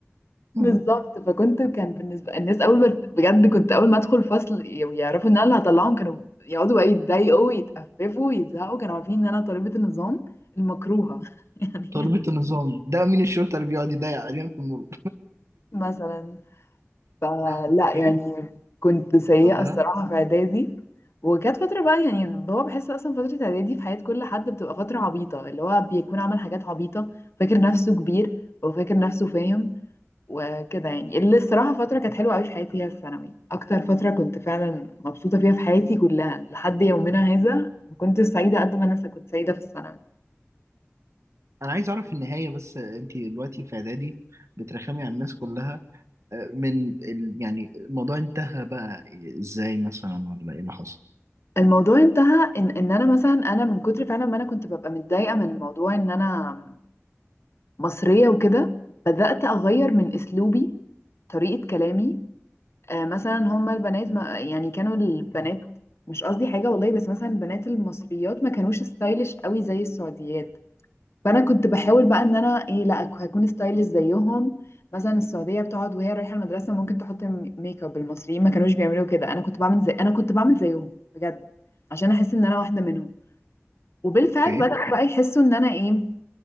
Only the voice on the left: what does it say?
بالظبط فكنت كان بالنسبه الناس اول ما بجد كنت اول ما ادخل الفصل ي- ويعرفوا ان انا اللي هطلعهم كانوا يقعدوا بقى يتضايقوا ويتقففوا ويزهقوا كانوا عارفين ان انا طالبه النظام المكروهه <laughs> يعني
مثلا فلا
يعني كنت سيئه
الصراحه في اعدادي وكانت فتره بقى يعني هو بحس اصلا فتره اعدادي في حياه كل حد بتبقى فتره عبيطه اللي هو بيكون عمل حاجات عبيطه فاكر نفسه كبير وفاكر نفسه فاهم وكده يعني اللي الصراحة فترة كانت حلوة قوي في حياتي هي الثانوي أكتر فترة كنت فعلا مبسوطة فيها في حياتي كلها لحد يومنا هذا ما كنت سعيدة قد ما أنا كنت سعيدة في الثانوي
الموضوع انتهى إن, إن أنا مثلا أنا من كتر فعلا ما أنا كنت ببقى متضايقة من موضوع إن أنا مصرية وكده بدأت أغير من أسلوبي طريقة كلامي آه مثلا هما البنات ما يعني كانوا البنات مش قصدي حاجة والله بس مثلا البنات المصريات ما كانوش ستايلش قوي زي السعوديات فانا كنت بحاول بقى ان انا ايه لا أك- هكون ستايلش زيهم مثلا السعوديه بتقعد وهي رايحه المدرسه ممكن تحط م- ميك اب المصريين ما كانوش بيعملوا كده انا كنت بعمل زي انا كنت بعمل زيهم بجد عشان احس ان انا واحده منهم وبالفعل
بداوا بقى يحسوا ان انا ايه